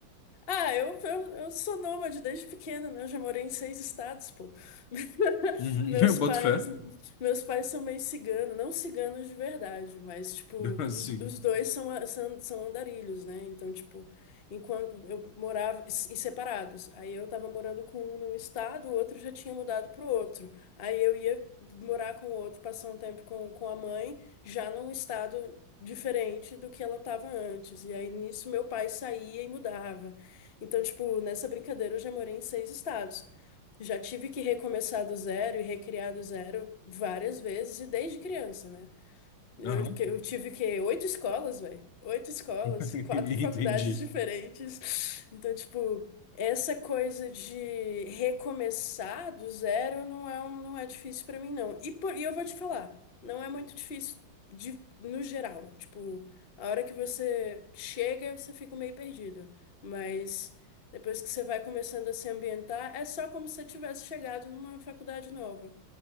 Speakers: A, on the left (about 40°); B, on the left (about 80°).
A: Ah, eu, eu, eu sou nômade desde pequena, né? Eu já morei em seis estados, pô. <laughs>
B: Uhum,
A: Meus
B: <laughs> eu boto
A: pais,
B: fé.
A: meus pais são meio ciganos, não ciganos de verdade, mas, tipo,
B: <laughs> Assim.
A: os, os dois são, a- são, são andarilhos, né? Então, tipo, enquanto eu morava, e e separados, aí eu tava morando com um num estado, o outro já tinha mudado pro outro. Aí eu ia morar com o outro, passar um tempo com, com a mãe, já num estado diferente do que ela tava antes. E aí nisso meu pai saía e mudava. Então, tipo, nessa brincadeira eu já morei em seis estados. Já tive que recomeçar do zero e recriar do zero várias vezes, e desde criança, né? Eu,
B: Aham.
A: que- eu tive que oito escolas, velho. Oito escolas,
B: <laughs>
A: quatro
B: Entendi.
A: faculdades diferentes. <laughs> Então, tipo, essa coisa de recomeçar do zero não é, um- não é difícil pra mim, não. E, por, e eu vou te falar, não é muito difícil de, no geral. Tipo, a hora que você chega, você fica meio perdido. Mas depois que você vai começando a se ambientar, é só como se você tivesse chegado numa faculdade nova.